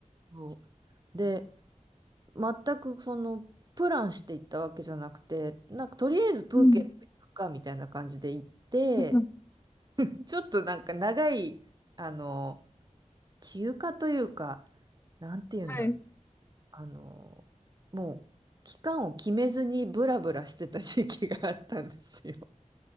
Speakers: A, on the right (about 35°); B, on the left (about 15°).
A: けど。で、全くその、プランしていったわけじゃなくて、なんかとりあえずプーケット行くかみたいな感じで行って、
B: うん。うん
A: ちょっとなんか長い、あの、休暇というか、なんて言うんだろう。
B: はい。
A: あの、もう期間を決めずにブラブラしてた時期があったんですよ。